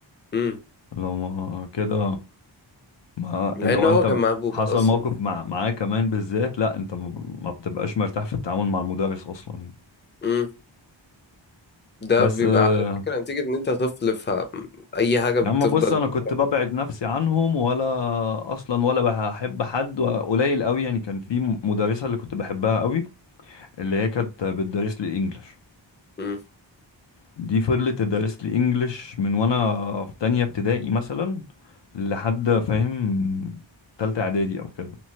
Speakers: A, on the left; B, on the left.
A: امم
B: لو ما كده ما
A: مع
B: اللي
A: ان
B: هو
A: هو
B: انت
A: كان محبوب
B: حصل
A: اصلا
B: موقف مع معاه كمان بالذات لا انت ما ما بتبقاش مرتاح في التعامل مع المدرس اصلا يعني
A: امم ده
B: بس
A: بيبقى
B: آه
A: على فكره نتيجه ان انت طفل فاي حاجه بتفضل
B: يا عم بص انا
A: محفوره
B: كنت ببعد
A: في دماغك
B: نفسي عنهم ولا اصلا ولا بحب حد وقليل قوي يعني كان في مدرسة اللي كنت بحبها قوي اللي هي كانت بتدرس لي الانجليش
A: إمم.
B: دي فضلت تدرس لي انجليش من وانا في تانية ابتدائي مثلا لحد فاهم تالتة اعدادي او كده